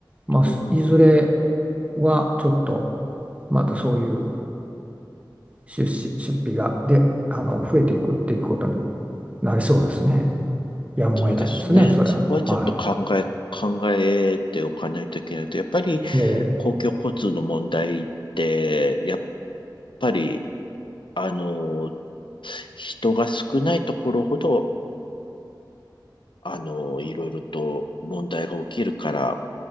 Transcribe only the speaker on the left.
うん。
そうですね。
そこはちょっと考え、
考えておかないといけないと。やっぱり
公共交通の問題って、やっぱり、あの、人が少ないところほど、あの、いろいろと問題が起きるから、